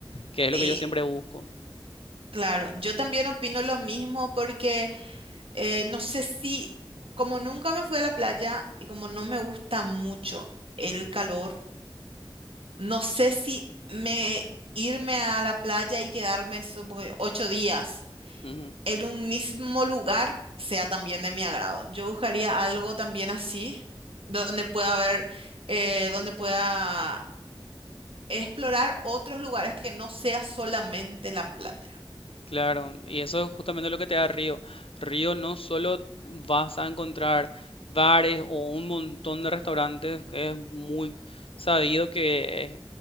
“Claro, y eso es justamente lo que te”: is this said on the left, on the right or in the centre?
Left